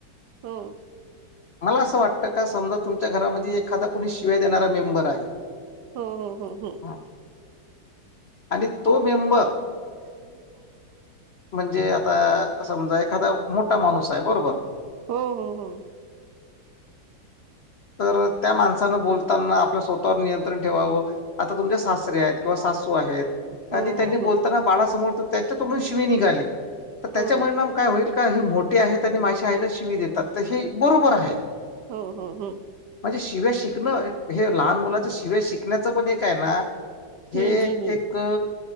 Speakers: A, on the right (about 70°); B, on the left (about 65°).
A: हो
B: मला असं वाटतं का समजा तुमच्या घरामध्ये एखादा कोणी शिवा देणारा मेंबर आहे
A: हम् हम हम्म हम
B: ह आणि तो मेंबर
A: ह् का
B: म्हणजे आता समजा एखादा मोठा माणूस आहे बरोबर
A: हम् हम हम
B: तर त्या माणसानं बोलताना आपल्या स्वतःवर नियंत्रण ठेवावं आता तुमच्या सासरे आहेत किंवा सासू आहेत
A: हो
B: आधी त्यांनी
A: हो हो
B: बोलताना बाळा समोर त्यांच्या तोडून शिवी निघाली तर त्याच्यामध्येणाम
A: हो
B: काय होईल का हे मोठे आहेत आणि माझ्या आईला शिवी देतात तर हे बरोबर आहे
A: हो हो हो
B: म्हणजे शिव्या शिकणं हे लहान मुलाच्या शिव्या शिकण्याचं पण एक आहे ना हे
A: हम्म हम्म
B: एक
A: हम्म
B: एक